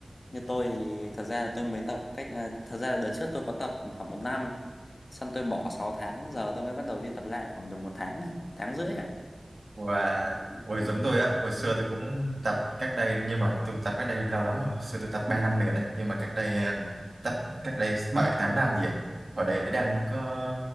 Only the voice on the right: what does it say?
và
ôi giống tôi á hồi xưa tôi cũng tập cách đây nhưng mà tôi tập cách đây lâu lắm rồi hồi xưa tôi tập 3 năm liền này nhưng mà cách đây à,
tập cách đây 7 8 năm gì à hồi đấy
đang có